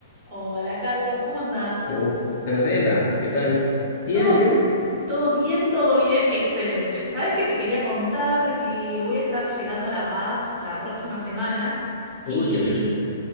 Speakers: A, on the right (about 25°); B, on the left (about 40°).
A: Hola Carlos, ¿cómo andás?
B: Oh, Anabela, ¿qué tal? Bien,
A: Todo,
B: bien.
A: todo bien, todo bien, excelente. ¿Sabes que te quería contar de que voy a estar llegando a La Paz la próxima semana?
B: Uy,
A: Y,
B: qué bien.